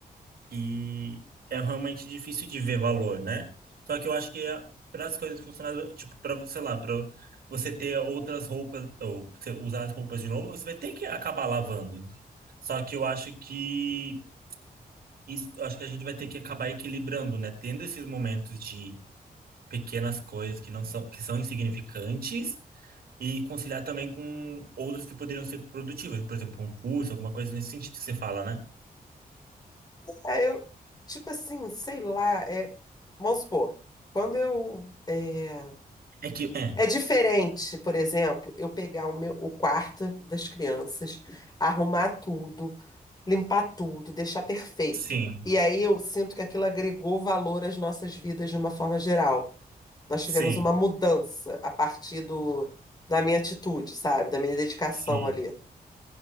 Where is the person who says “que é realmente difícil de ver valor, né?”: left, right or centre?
Right